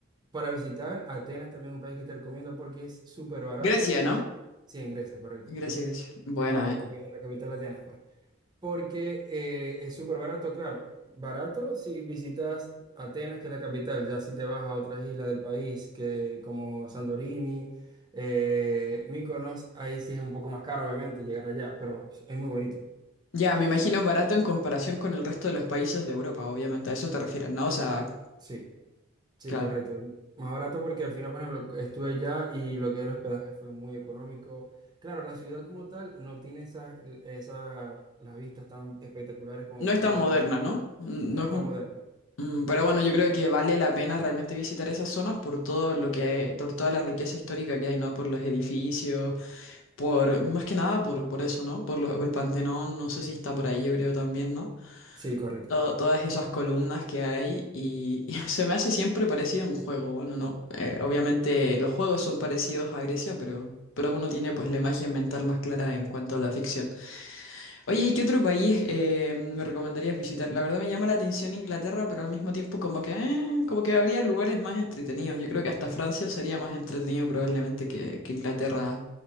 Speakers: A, on the right; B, on the left.
A: para visitar Atenas también es un país que te recomiendo porque es súper barato,
B: Grecia, ¿no?
A: sí, en Grecia, correcto,
B: Grecia, Grecia. Buena,
A: es la, la,
B: ¿eh?
A: capi- la capital de Atenas, pues porque eh, es súper barato, claro. Barato si visitas Atenas, que es la capital, ya si te vas a otras islas del país, que como Santorini, eh, Mykonos, ahí sí es un poco más caro, obviamente, llegar allá, pero es muy bonito.
B: Ya, me imagino barato en comparación con el resto de los países de Europa, obviamente, a eso te refieres, ¿no? O sea,
A: Sí, sí,
B: claro.
A: correcto. Más barato porque al final, por ejemplo, estuve allá y lo que es el hospedaje fue muy económico. Claro, la ciudad como tal no tiene esas, esas las vistas tan espectaculares como
B: No es
A: cuando
B: tan moderna,
A: vas a...
B: ¿no? No
A: No es
B: es
A: tan
B: un...
A: moderna.
B: Mm, Pero bueno, yo creo que vale la pena realmente visitar esas zonas por todo lo que por toda la riqueza histórica que hay, ¿no? Por los edificios, por, más que nada por, por eso, ¿no? Por lo- el Pantenón, no sé si está por ahí, yo creo también, ¿no?
A: Sí, correcto.
B: To- todas esas columnas que hay y, y <laughs> se me hace siempre parecido a un juego, bueno, ¿no? Eh, obviamente los juegos son parecidos a Grecia, pero, pero uno tiene pues la imagen mental más clara en cuanto a la ficción. Oye, ¿y qué otro país eh, me recomendarías visitar? La verdad me llama la atención Inglaterra, pero al mismo tiempo como que, eh, como que habría lugares más entretenidos. Yo creo que hasta Francia sería más entretenido probablemente que, que Inglaterra